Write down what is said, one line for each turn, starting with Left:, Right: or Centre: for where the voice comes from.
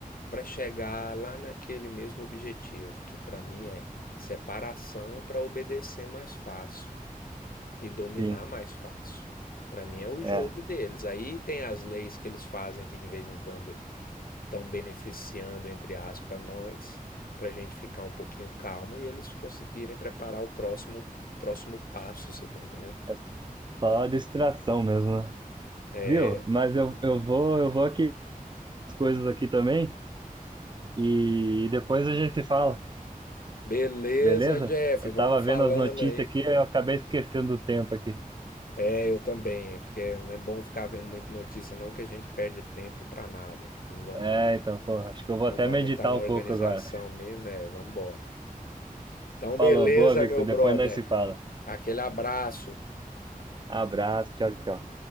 Left: para chegar lá naquele mesmo objetivo, que para mim é separação para obedecer mais fácil e dominar
Right: sim,
Left: mais fácil. Para mim é o jogo
Right: é,
Left: deles. Aí tem as leis que eles fazem que de vez em quando estão beneficiando, entre aspas, nós, para a gente ficar um pouquinho calmo e eles conseguirem preparar o próximo, próximo passo, você tá entendendo?
Right: é só distração mesmo, né?
Left: É.
Right: Viu? Mas eu, eu vou, eu vou aqui as coisas aqui também e depois a gente se fala,
Left: Beleza,
Right: beleza?
Left: Jeff,
Right: Eu
Left: vamos
Right: tava
Left: falando
Right: vendo as notícias
Left: aí.
Right: aqui eu acabei esquecendo do tempo aqui.
Left: É, eu também, porque não é bom ficar vendo muita notícia, não, que a gente perde tempo pra nada. Não vamos,
Right: É, então, pô, acho que eu vou
Left: não
Right: até
Left: vamos
Right: meditar
Left: estar na
Right: um
Left: organização
Right: pouco agora.
Left: mesmo, é, vamos embora. Então,
Right: Falou,
Left: beleza,
Right: boa, Victor,
Left: meu brother.
Right: depois nós se fala.
Left: Aquele abraço.
Right: Abraço, tchau, tchau.